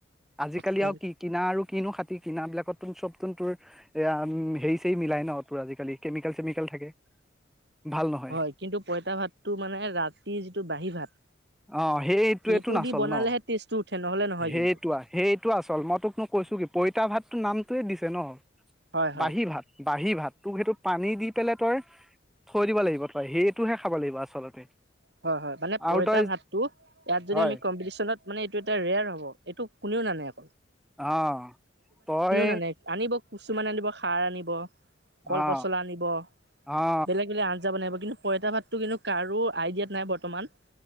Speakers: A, in the centre; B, on the right (about 60°).
A: আজিকালি
B: হয়
A: আৰু কি কিনা আৰু কিনো খাতি কিনাবিলাকত তুন চবতোন তোৰ এয়া আম হেৰি চেৰি মিলাই ন তোৰ আজিকালি কেমিকেল চেমিকেল থাকে। ভাল নহয়
B: হয় কিন্তু পইতা ভাতটো মানে ৰাতি যিটো বাহী ভাত
A: অ সেইটোয়েটোন
B: সেইটো
A: আচল
B: দি বনালেহে
A: ন
B: টেষ্টটো উঠে নহ'লে নহয়
A: সেইটোৱা
B: কিন্তু
A: সেইটো আচ চল মই তোকনো কৈছো কি পইতা ভাতটোৰ নামটোৱে দিছে ন।
B: হয় হয়
A: বাহী ভাত। বাহী ভাত তোক সেইটো পানী দি পেলাই তই থৈ দিব লাগিব তই সেইটোহে খাব লাগিব আচলতে।
B: হয় হয় মানে পইতা
A: আৰু তই
B: ভাত টো ইয়াত যদি
A: হয়
B: আমি কম্পিটিশনত মানে এইটো এটা ৰেয়াৰ হব এইটো কোনেও নানে আকৌ।
A: অ তই
B: নানে আনিব কিছুমানে আনিব খাৰ আনিব। কল
A: অ
B: পচলা আনিব
A: অ
B: বেলেগ বেলেগ আঞ্জা বনাই আনিব কিন্তু পইতা ভাতটো কিন্তু কাৰো আইডিয়াত নাই বৰ্তমান।